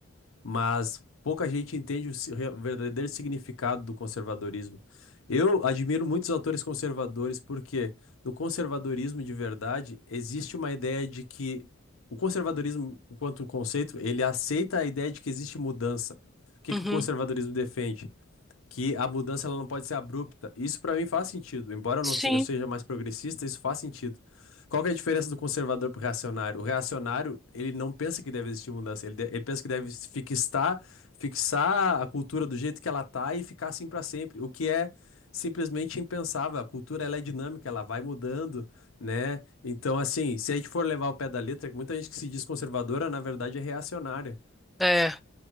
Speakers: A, on the left (about 75°); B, in the centre.
A: mas pouca gente entende o si- o verdadeiro significado do conservadorismo. Eu admiro muitos autores conservadores porque no conservadorismo de verdade existe uma ideia de que o conservadorismo, enquanto conceito, ele aceita a ideia de que existe mudança. O que
B: Uhum.
A: que o conservadorismo defende? que a mudança ela não pode ser abrupta. Isso para mim faz sentido, embora eu
B: Sim.
A: não se- eu seja mais progressista, isso faz sentido. Qual que é a diferença do conservador pro reacionário? O reacionário, ele não pensa que deve existir mudança, ele, de- ele pensa que deve fixar, fixar a cultura do jeito que ela tá e ficar assim para sempre, o que é simplesmente impensável. A cultura ela é dinâmica, ela vai mudando, né? Então, assim, se a gente for levar o pé da letra, muita gente que se diz conservadora, na verdade é reacionária.
B: É.